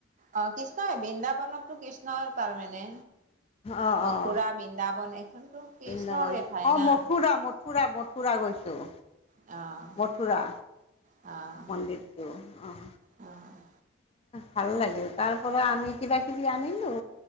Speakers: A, on the right (about 35°); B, on the left (about 30°).
A: অ কৃষ্ণ হয়, বৃন্দাবনতটো কৃষ্ণৰ তাৰমানে,
B: অঁ
A: মথুৰা
B: অঁ
A: বৃন্দাবন, এইখনতো কৃষ্ণৰে
B: বৃন্দাবন,
A: ঠাই
B: অ',
A: না।
B: মথুৰা, মথুৰা মথুৰা গৈছোঁ।
A: অ'।
B: মথুৰা
A: অ'
B: মন্দিৰটো অ'।
A: অ'।
B: ভাল লাগে তাৰ পৰা আমি কিবা কিবি আনিলোঁ